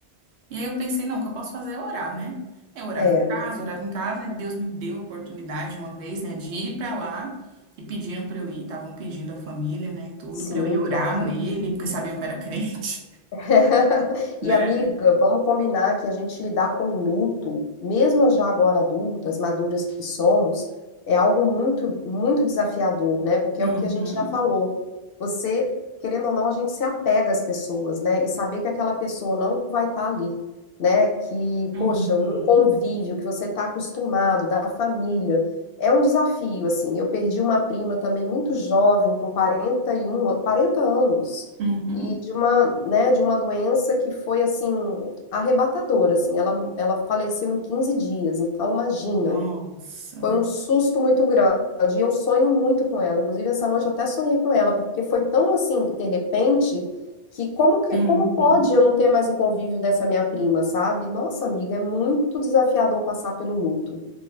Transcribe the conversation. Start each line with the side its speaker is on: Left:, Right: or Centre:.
Right: E aí eu pensei, não, o que eu posso fazer é orar, né? Eu orava
Left: É,
Right: em
Left: amiga.
Right: casa, orava em casa, e Deus me deu a oportunidade uma vez, né, de ir pra lá, e pediram pra eu ir, estavam pedindo a família, né, e tudo,
Left: Sim,
Right: pra eu ir orar
Left: claro.
Right: nele, porque sabiam que eu era crente,
Left: <laughs>
Right: <laughs> né?
Left: E amiga, vamos combinar que a gente lidar com luto, mesmo já agora adultas, maduras que somos, é algo muito, muito desafiador, né? Porque
Right: Uhum,
Left: é o que a gente já falou. Você, querendo ou não, a gente se apega às pessoas, né? E saber que aquela pessoa não vai estar ali, né? Que,
Right: uhum,
Left: poxa, num convívio que você está acostumado, da família. É um desafio, assim. Eu perdi uma prima também muito jovem, com 41, 40 anos
Right: uhum.
Left: e de uma, né, de uma doença que foi assim arrebatadora, assim. Ela, ela faleceu em 15 dias, então imagina,
Right: Nossa.
Left: foi um susto muito grande. E eu sonho muito com ela. Inclusive essa noite eu até sonhei com ela, porque foi tão assim, de repente, que como que
Right: Uhum.
Left: como pode eu não ter mais o convívio dessa minha prima, sabe? Nossa, amiga, é muito desafiador passar pelo luto.